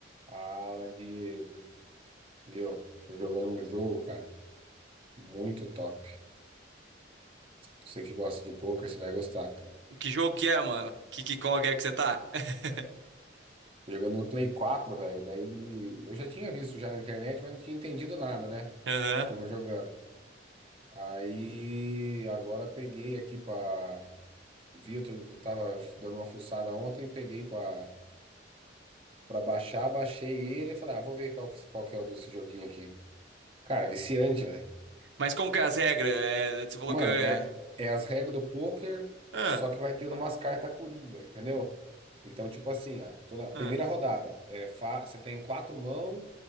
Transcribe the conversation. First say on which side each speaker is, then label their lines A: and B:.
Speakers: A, on the right; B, on the right.
A: Fala, Diego. Viu? Tô jogando um jogo, cara, muito top. Você que gosta de poker, você vai gostar, cara.
B: Que jogo que é, mano? Que, que qual é que você tá? <laughs>
A: Tô jogando no Play 4, velho. Daí eu já tinha visto já na internet, mas não tinha entendido nada, né?
B: Aham.
A: A turma jogando. Aí agora peguei aqui pra. Vi, outro- eu tava dando uma fuçada ontem, peguei pra, pra baixar, baixei ele e falei, ah, vou ver qual que, qual que é o desse joguinho aqui. Cara, viciante, velho.
B: Mas como que é as regras? É, você falou
A: Mano,
B: que. é-
A: é, é as regras do poker,
B: Ah,
A: só que vai tendo umas cartas coringa, entendeu? Então, tipo assim, a, toda, a
B: ah,
A: primeira rodada, é, fa- você tem quatro mãos